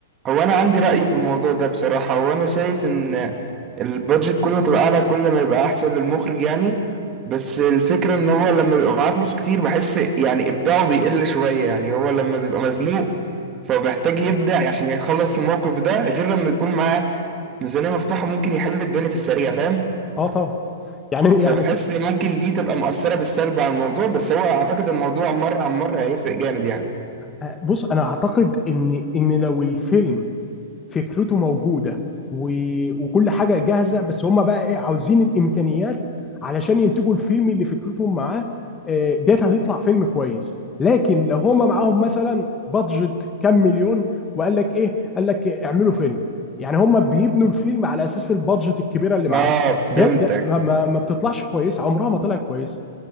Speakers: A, on the right; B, on the left.
A: هو انا عندي رأي في الموضوع ده بصراحة هو انا شايف ان البادجت كل ما تبقى اعلى كل ما يبقى احسن للمخرج يعني بس الفكرة ان هو لما بيبقى معاه فلوس كتير بحس يعني ابداعه بيقل شوية يعني هو لما بيبقى مزنوق فمحتاج يبدع عشان يخلص الموقف ده غير لما يكون معاه ميزانية مفتوحة ممكن يحل الدنيا في السريع فاهم
B: اه طبعا يعني
A: فبحس
B: يعني في-
A: ممكن دي تبقى مؤثرة بالسلب على الموضوع بس هو اعتقد الموضوع مرة عن مرة هيفرق جامد يعني
B: آه، بص انا اعتقد ان ان لو الفيلم فكرته موجوده و... وكل حاجه جاهزه بس هم بقى ايه عاوزين الامكانيات علشان ينتجوا الفيلم اللي فكرتهم معاه آه، ديت هتطلع فيلم كويس لكن لو هم معاهم مثلا بادجت كام مليون وقال لك ايه قال لك اعملوا فيلم يعني هم بيبنوا الفيلم على اساس البادجت الكبيره اللي معاهم
A: اه
B: ده,
A: فهمتك
B: ده ما, ما, ما بتطلعش كويس عمرها ما طلعت كويس